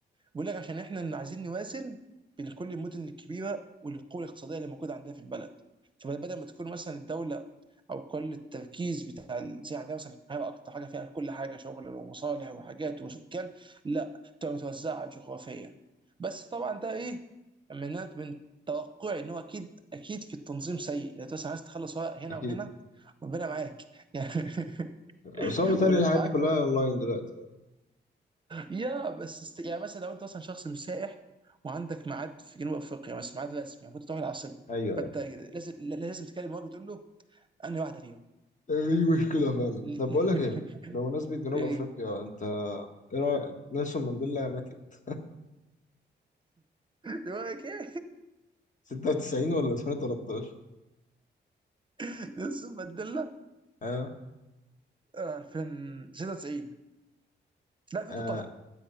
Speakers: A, on the right; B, on the left.
A: بيقول لك عشان احنا اللي عايزين نوازن بين كل المدن الكبيره والقوه الاقتصاديه اللي موجوده عندنا في البلد فبدل ما تكون مثلا الدوله او كل التركيز بتاع ال- زي عندنا مثلا القاهره اكتر حاجه فيها كل حاجه شغل ومصالح وحاجات وسكان لا تبقى متوزعه جغرافيا بس طبعا ده ايه من من توقعي ان هو اكيد اكيد في التنظيم سيء يعني انت مثلا عايز تخلص ورق هنا
B: أكيد
A: وهنا ربنا معاك يعني <laughs>
B: بس هو بيتهيألي
A: ولو
B: الحاجات
A: معاك
B: دي كلها أونلاين دلوقتي يعني
A: يا بس است... يعني مثلا لو انت مثلا شخص مش سائح وعندك ميعاد في جنوب افريقيا مثلا ميعاد رسمي المفروض تروح العاصمه
B: أيوه
A: فانت لازم لازم تكلم الراجل تقول له انا واحده فيهم
B: دي مشكلة فعلا
A: <laughs>
B: طب بقول لك ايه بمناسبة جنوب
A: ايه
B: افريقيا انت ايه رأيك نيلسون مانديلا مات امتى
A: دماغك ايه
B: 96 ولا 2013
A: <laughs> نلسون مانديلا
B: ها
A: آه، 2096 لا 2013
B: آه.